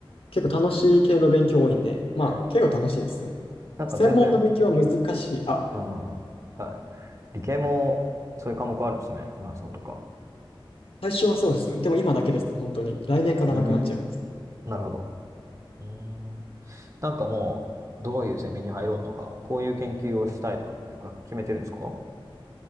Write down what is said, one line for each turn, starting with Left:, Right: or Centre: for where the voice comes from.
Left: 結構楽しい系の勉強多いんで、まあ結構楽しいですね。
Right: ええなんか全然
Left: 専門の勉強は難しい。あ、
Right: うんうん。あ理系もそういう科目あるんですね。フランス語とか。
Left: 最初はそうですね。でも今だけですね、本当に。来年からなくなっちゃいます。
Right: うん。なるほど。うん。なんかもうどういうゼミに入ろうとかこういう研究をしたいとかっていうか決めてるんですか？